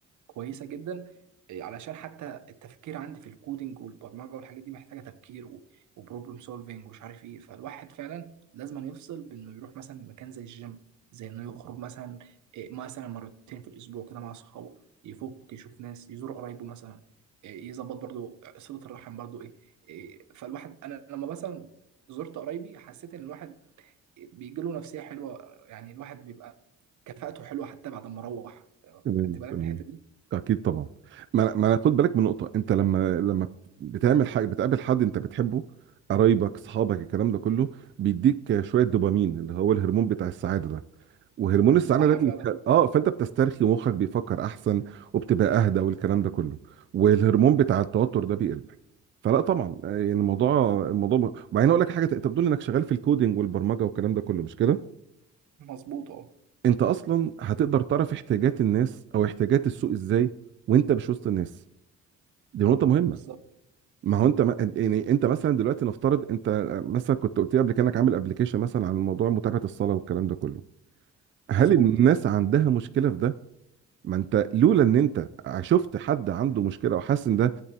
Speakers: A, on the right (about 70°); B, on the right (about 40°).
A: كويسه جدا إيه، علشان حتى التفكير عندي في الكودينج والبرمجه والحاجات دي محتاجه تفكير وبروبلم سولفينج ومش عارف ايه فالواحد فعلا لازم أن يفصل بانه يروح مثلا مكان زي الجيم زي انه يخرج مثلا إيه، مثلا مرتين في الاسبوع كده مع اصحابه يفك يشوف ناس يزور قرايبه مثلا إيه، يظبط برضو صله الرحم برضو إيه، فالواحد انا لما مثلا زرت قرايبي حسيت ان الواحد بيجي له نفسيه حلوه يعني الواحد بيبقى كفاءته حلوه حتى بعد ما روح
B: تمام
A: خدت بالك
B: تمام
A: من الحته دي
B: اكيد طبعا ما أنا- ما أنا خد بالك من نقطه انت لما لما بتعمل حاجه بتقابل حد انت بتحبه قرايبك اصحابك الكلام ده كله بيديك شويه دوبامين اللي هو الهرمون بتاع السعاده ده وهرمون السعاده
A: صح
B: ده بيخ...
A: فعلا
B: اه فانت بتسترخي ومخك بيفكر احسن وبتبقى اهدى والكلام ده كله والهرمون بتاع التوتر ده بيقل فلا طبعا يعني الموضوع الموضوع م- وبعدين اقول لك حاجه انت بتقول انك شغال في الكودينج والبرمجه والكلام ده كله مش كده
A: مظبوط اه
B: انت اصلا هتقدر تعرف احتياجات الناس او احتياجات السوق ازاي وانت مش وسط الناس دي نقطه مهمه
A: بالظبط
B: ما هو انت ما يعني انت مثلا دلوقتي نفترض انت مثلا كنت قلت لي قبل كده انك عامل ابلكيشن مثلا عن موضوع متابعه الصلاه والكلام ده كله
A: مظبوط
B: هل الناس عندها مشكله في ده ما انت لولا ان انت شفت حد عنده مشكله وحاسس ان ده